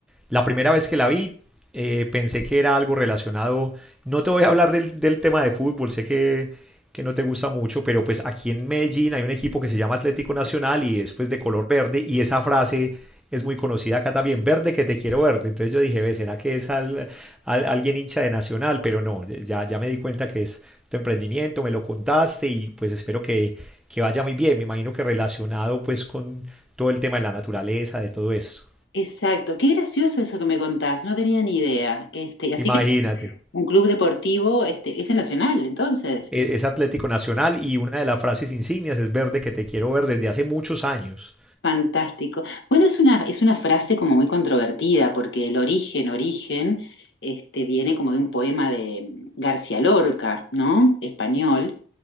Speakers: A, in the centre; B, on the left.
A: la primera vez que la vi, eh, pensé que era algo relacionado. No te voy a hablar del, del tema de fútbol, sé que, que no te gusta mucho, pero pues aquí en Medellín hay un equipo que se llama Atlético Nacional y es pues de color verde y esa frase es muy conocida acá también, verde que te quiero verde. Entonces yo dije, ve, ¿será que es al- al- alguien hincha de Nacional? Pero no, ya, ya me di cuenta que es tu emprendimiento, me lo contaste y pues espero que que vaya muy bien, me imagino que relacionado pues con todo el tema de la naturaleza, de todo esto.
B: Exacto, qué gracioso eso que me contás, no tenía ni idea. Este, y así
A: Imagínate,
B: que es un club deportivo, este, es el Nacional, entonces.
A: e- es Atlético Nacional y una de las frases insignias es verde que te quiero ver desde hace muchos años.
B: Fantástico. Bueno, es una, es una frase como muy controvertida, porque el origen, origen, este, viene como de un poema de mm, García Lorca, ¿no? Español,